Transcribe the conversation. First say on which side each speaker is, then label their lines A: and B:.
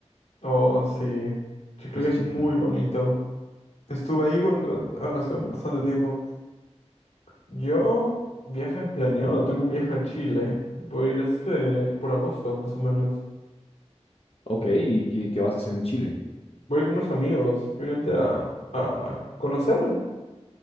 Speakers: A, on the left; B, on the left.
A: Oh, sí. Chiclayo
B: Es chica
A: es muy bonito. Estuve ahí cuando, ah, no sé, un bastante tiempo. Yo viaje planeado, tengo un viaje a Chile. Voy a ir este por agosto, más o menos.
B: Ok, ¿y qué, qué vas a hacer en Chile?
A: Voy con unos amigos, simplemente a, a conocer.